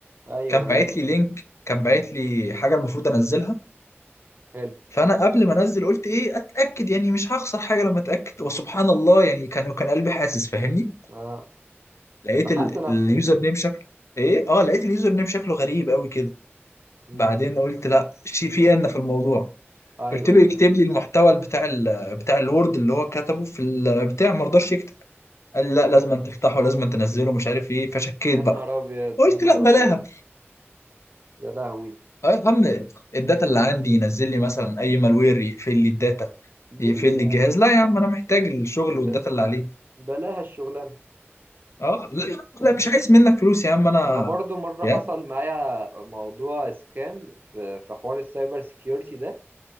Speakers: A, on the right; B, on the left.
A: ايوه
B: كان
A: ايوه
B: باعت لي لينك كان باعت لي حاجه المفروض انزلها
A: حلو
B: فانا قبل ما انزل قلت ايه اتاكد يعني مش هخسر حاجه لما اتاكد وسبحان الله يعني كان كان قلبي حاسس فاهمني
A: آه.
B: لقيت
A: لحقت
B: ال-
A: نفسك
B: اليوزر نيم شكله ايه اه لقيت اليوزر نيم شكله غريب قوي كده
A: مم.
B: بعدين قلت لا شي في ان في الموضوع
A: ايوه
B: قلت له
A: ايوه
B: يكتب لي المحتوى بتاع ال بتاع الوورد اللي هو كتبه في البتاع ما رضاش يكتب قال لي لا لازم
A: مم.
B: أن تفتحه لازم أن تنزله مش عارف ايه فشكيت
A: يا
B: بقى
A: نهار ابيض
B: قلت
A: يا نهار
B: لا بلاها
A: ابيض يا لهوي
B: اه يا عم الداتا اللي عندي ينزل لي مثلا اي مالوير يقفل لي الداتا
A: ليه
B: يقفل لي الجهاز
A: على ايه
B: لا يا عم انا محتاج الشغل
A: ب...
B: والداتا اللي عليه
A: بلاها الشغلانه
B: اه لا لا مش عايز منك فلوس يا عم انا
A: انا برضو مره
B: يا
A: حصل معايا موضوع سكام في في حوار السايبر سيكيورتي ده